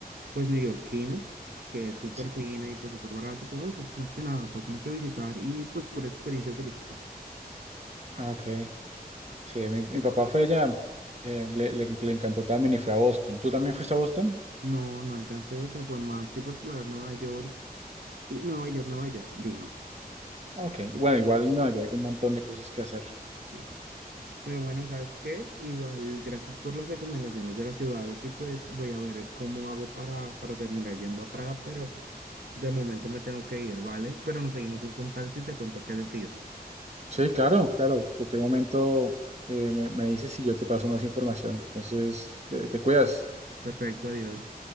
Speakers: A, on the right; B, on the right.
A: pues, neoyorquina, que es súper
B: Sí.
A: fina y, pues, súper barata y todo eso. Más que nada, fue como que visitar y, pues, pura experiencia turista.
B: Ah, Ok. Sí, mi, mi papá fue allá. eh, le, le- le encantó también y fue a Boston. ¿Tú también fuiste a Boston?
A: No, no alcancé, o sea, fue más tipo explorar Nueva York y Nueva York, Nueva York, digamos.
B: Ah, Ok. Bueno, igual en Nueva York hay un montón de cosas que hacer.
A: Sí. Pero bueno, ¿sabes qué? Igual, gracias por las recomendaciones de las ciudades y pues voy a ver cómo hago para, para terminar yendo a Praga, pero de momento me tengo que ir, ¿vale? Pero nos seguimos en contacto y te cuento qué decida.
B: Sí, claro, claro. En cualquier momento eh, me, me dices si yo te paso más información. Entonces, te te cuidas.
A: Perfecto, adiós.